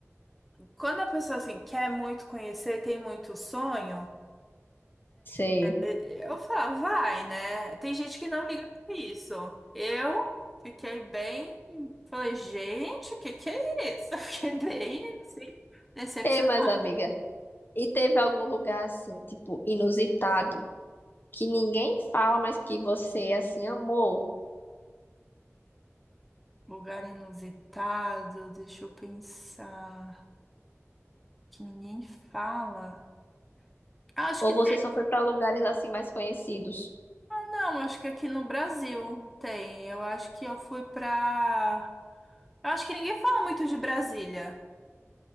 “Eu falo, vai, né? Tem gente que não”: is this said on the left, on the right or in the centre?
Centre